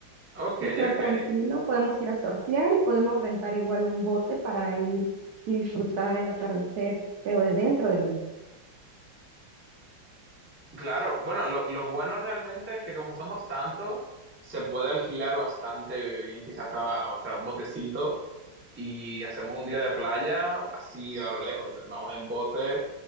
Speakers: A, on the right; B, on the right.
A: Ok,
B: bucear
A: ok.
B: tranquilo, podemos ir a surfear y podemos rentar igual un bote para ir y disfrutar el atardecer, pero de dentro del mar.
A: Claro, bueno, lo, lo bueno realmente es que como somos tantos, se puede alquilar bastante bien, quizás hasta, hasta un botecito y hacemos un día de playa así a lo lejos, vamos en bote